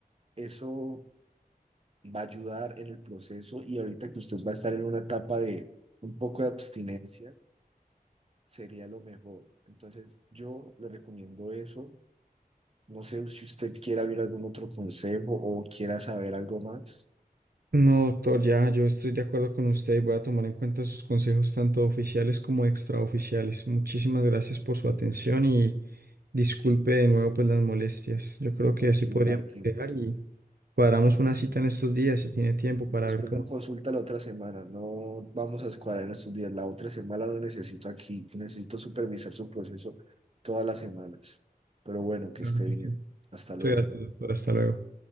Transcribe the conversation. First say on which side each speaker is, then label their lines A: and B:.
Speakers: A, on the right; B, on the right.
A: Eso va a ayudar en el proceso y ahorita que usted va a estar en una etapa de un poco de abstinencia, sería lo mejor. Entonces, yo le recomiendo eso No sé si usted quiera ver algún otro consejo o quiera saber algo más.
B: No, doctor, ya yo estoy de acuerdo con usted y voy a tomar en cuenta sus consejos tanto oficiales como extraoficiales. Muchísimas gracias por su atención y disculpe de nuevo pues las molestias. Yo creo que
A: Bueno,
B: así
A: señor
B: podríamos
A: Martínez,
B: quedar y cuadramos una cita en estos días si tiene tiempo para
A: lo espero
B: ver cómo.
A: en consulta la otra semana. No vamos a escuadrar en estos días. La otra semana lo necesito aquí. Necesito supervisar su proceso todas las semanas. Pero bueno, que
B: Claro
A: esté bien.
B: que sí.
A: Hasta
B: Muchas
A: luego.
B: gracias, doctor. Hasta luego.